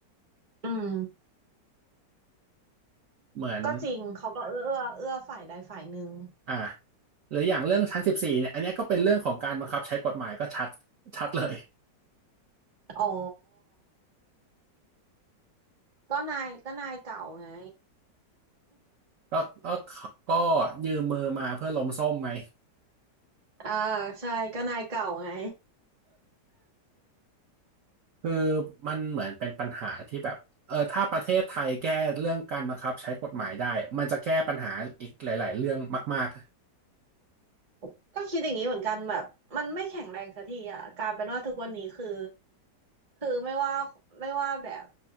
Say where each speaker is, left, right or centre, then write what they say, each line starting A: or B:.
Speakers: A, on the right; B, on the right.
A: อืม
B: เหมือน
A: ก็จริงเขาก็เอื้อเอื้อเอื้อฝ่ายใดฝ่ายหนึ่ง
B: อ่าหรืออย่างเรื่องชั้นสิบสี่เนี่ยอันเนี้ยก็เป็นเรื่องของการบังคับใช้กฎหมายก็ชัดชัดเลย
A: อ๋อ ก็นายก็นายเก่าไง
B: ก็ก็ก็ยืมมือมาเพื่อล้มส้มไง
A: อ่าใช่ก็นายเก่าไง
B: คือมันเหมือนเป็นปัญหาที่แบบเออถ้าประเทศไทยแก้เรื่องการบังคับใช้กฎหมายได้มันจะแก้ปัญหาอีกหลายๆเรื่องมาก
A: <laughs> ก็คิดอย่างนี้เหมือนกันแบบมันไม่แข็งแรงสักทีอ่ะกลายเป็นว่าทุกวันนี้คือคือไม่ว่าไม่ว่าแบบ